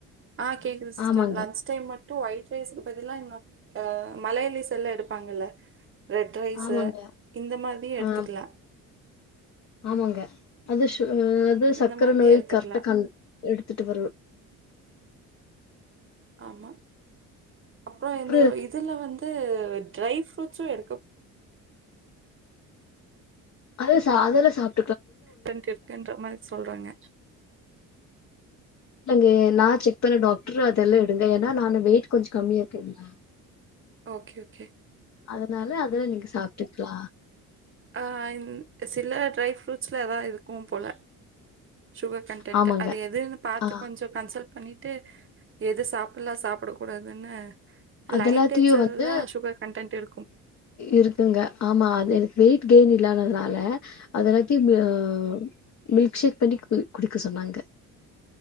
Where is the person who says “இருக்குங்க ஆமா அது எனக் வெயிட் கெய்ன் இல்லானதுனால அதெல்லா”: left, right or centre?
Left